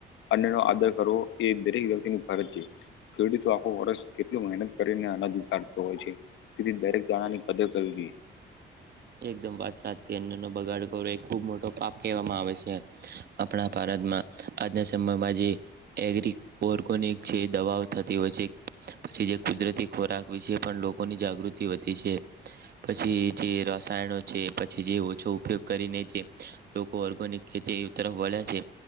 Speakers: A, on the left; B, on the right.
A: અન્ન નો આદર કરવો એ દરેક વ્યક્તિની ફરજ છે. ખેડૂતો આખો વર્ષ કેટલું મહેનત કરીને અનાજ ઉગાડતો હોય છે. તેથી દરેક દાણા ની કદર કરવી જોઈએ.
B: એકદમ વાત સાચી અન્ન નો બગાડ કરો એ ખુબ મોટો પાપ કહેવામાં આવે છે. આપણા ભારતમાં આજના સમયમાં જે એગ્રી ઓર્ગોનિક છે દવાઓ થતી હોય છે પછી જે કુદરતી ખોરાક વિશે પણ લોકોની જાગૃત તી વધી છે પછી જે રા રાયણો છે પછી જે ઓછો ઉપયોગ કરીને જે લોકો ઓર્ગોનિક ખેતી તરફ વળ્યા છે